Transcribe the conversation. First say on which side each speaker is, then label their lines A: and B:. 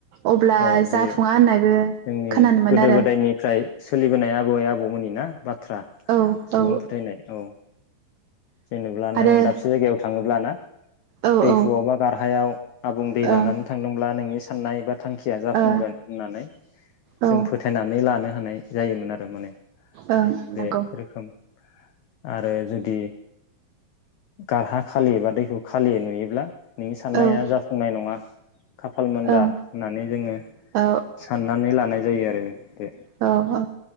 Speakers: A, on the right (about 80°); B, on the left (about 85°).
A: अब्ला
B: औ बे
A: जाफुङा होननायबो
B: जोंनि
A: खोनानो मोनो
B: गोदो
A: आरो
B: गोदायनिफ्राय सोलिबोनाय आबै आबौमोननि ना बाथ्रा
A: औ
B: सुबुं
A: औ
B: फोथायनाय औ। जेनेब्ला
A: आरो
B: नों दाबसे जायगायाव थाङोब्ला ना?
A: औ
B: दैहुआवबा
A: औ
B: गारहायाव आबुं दै
A: ओं
B: लानानै थांदोंब्ला नोंनि साननाय बाथ थांखिया जाफुंगोन
A: ओ
B: होननानै
A: औ
B: जों फोथायनानै लानो हानाय जायोमोन आरो माने
A: ओं नंगौ
B: बे रोखोम <inaudible> आरो जुदि गारहा खालि एबा दैहु खा नुयोब्ला नोंनि
A: ओ
B: साननाया
A: औ
B: जाफुंनाय नङा खाफाल मोनदा
A: ओं
B: होननानै जोङो
A: औ
B: साननानै लानाय जायो आरो बे
A: औ औ